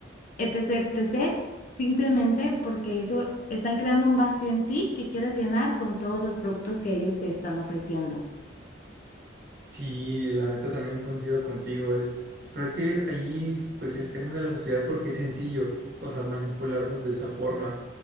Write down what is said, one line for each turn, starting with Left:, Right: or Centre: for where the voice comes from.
Left: etc., etc., simplemente porque eso están creando un vacío en ti que quieres llenar con todos los productos que ellos te están ofreciendo.
Right: Sí, la neta también coincido contigo, es, pero es que ahí, pues es tema de la sociedad porque es sencillo, o sea, manipularnos de esa forma.